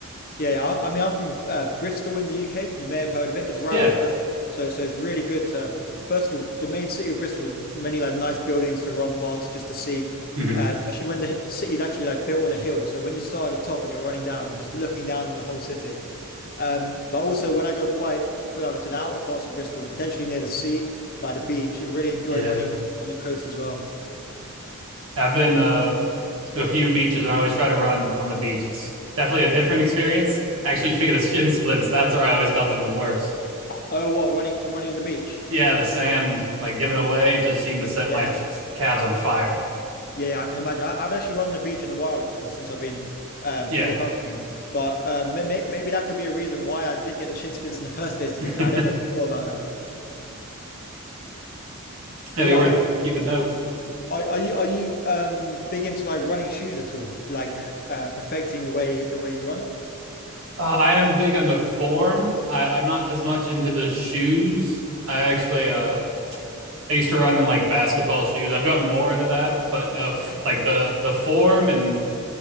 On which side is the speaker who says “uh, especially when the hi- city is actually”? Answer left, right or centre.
Left